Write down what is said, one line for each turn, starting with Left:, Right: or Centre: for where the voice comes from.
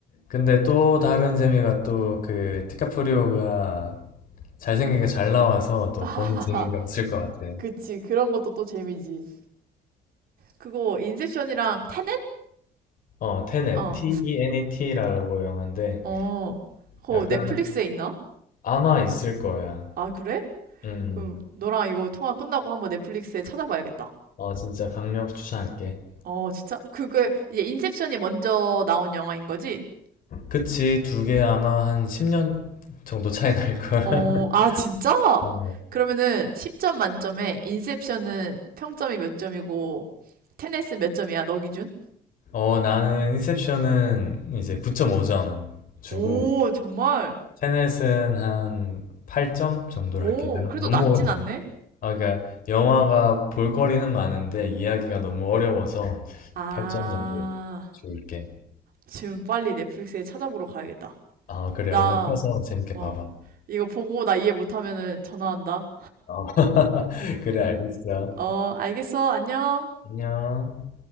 Left: 근데 또 다른 재미가 또 그 디카프리오가 잘생기게 잘 나와서 또
Right: <laughs> 하하,
Left: 보는 재미가 있을 것 같아.
Right: 그치. 그런 것도 또 재미지. 그거 인셉션이랑 테넷?
Left: 어, 테넷,
Right: 어,
Left: T-E-N-E-T라고 영화인데
Right: 어. 그거
Left: 약간
Right: 넷플릭스에 있나?
Left: 아마 있을 거야.
Right: 아, 그래?
Left: 음,
Right: 그럼 너랑 이거 통화 끝나고 한번 넷플릭스에 찾아봐야겠다.
Left: 어, 진짜 강력 추천할게.
Right: 어, 진짜? 그게 이제 인셉션이 먼저 나온 영화인 거지?
Left: 그치 두 개 아마 한 10년 정도 차이 날걸
Right: 어, 아, 진짜?
Left: <laughs> 어,
Right: 그러면은 10점 만점에 인셉션은 평점이 몇 점이고 테넷은 몇 점이야, 너 기준?
Left: 어 나는 인셉션은 이제 9.5점 주고
Right: 오, 정말?
Left: 테넷은 한 8점 정도로
Right: 오,
Left: 할게 너-
Right: 그래도
Left: 너무
Right: 낮진
Left: 어려워.
Right: 않네?
Left: 아 그러니까 영화가 볼거리는 많은데 이야기가 너무 어려워서
Right: 아,
Left: 8점 정도 줄게
Right: 지금 빨리 넷플릭스에 찾아보러 가야겠다.
Left: 아 그래
Right: 나,
Left: 얼른 펴서 재밌게
Right: 어,
Left: 봐봐
Right: 이거 보고 나 이해 못하면은 전화한다.
Left: 어. <laughs> 그래 알겠어
Right: 어, 알겠어. 안녕.
Left: 안녕